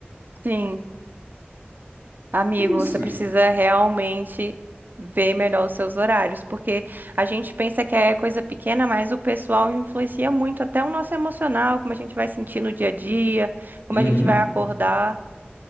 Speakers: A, on the right; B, on the left.
A: Sim. Amigo,
B: É isso,
A: você
B: velho.
A: precisa realmente ver melhor os seus horários, porque a gente pensa que é coisa pequena, mas o pessoal influencia muito até o nosso emocional, como a gente vai sentir no dia a dia, como
B: Uhum.
A: a gente vai acordar.